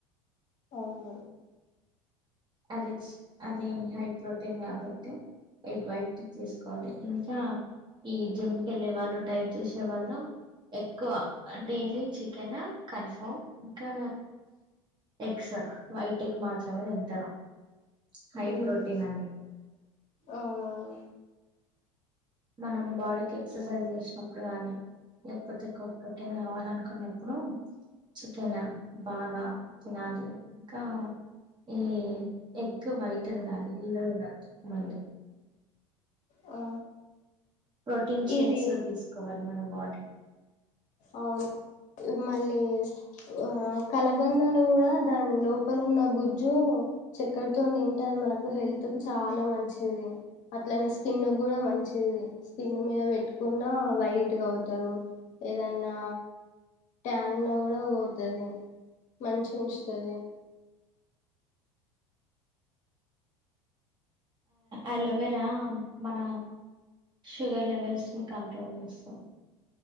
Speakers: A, on the left; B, on the right.
A: అవును
B: అది అది హై ప్రోటీన్ కాబట్టి ఎగ్ వైట్ తీసుకోవాలి ఇంకా ఈ జిమ్ కి వెళ్ళే వాళ్ళు డైట్ చేసే వాళ్ళు ఎక్కువ చికెన్ కన్ఫామ్ ఇంకా ఎగ్స్ వైట్ ఎగ్ మాత్రమే తింటారు హై
A: ఉమ్
B: ప్రోటీన్ అని
A: అవునవును
B: మనం బాడీకి ఎక్సర్సైజ్ చేసినప్పుడు కానీ లేకపోతే కొక్కటిన్ కావాలనుకున్నప్పుడు చికెన్ బాగా తినాలి ఇంకా ఈ ఎగ్ వైట్ తినాలి ఎల్లో తినొద్దు మళ్ళీ
A: ఆ
B: ప్రోటీన్ షేక్స్
A: ఇది
B: తీసుకోవాలి మన బాడీకి కె
A: అవును మళ్ళీ ఆ కలబందను కూడా దాని లోపల ఉన్న గుజ్జు చెక్కరతోని తింటే అది మనకు హెల్త్ కు చాలా మంచిది అట్లానే స్కిన్ కూడా మంచిది స్కిన్ మీద పెట్టుకున్న వైట్గా అవుతారు ఏదన్నా ట్యాన్ ఉన్న కూడా పోతడి మంచి ఉంచుతది
B: అలోవెరా మన షుగర్ లెవెల్స్ ని కంట్రోల్ చేస్తాం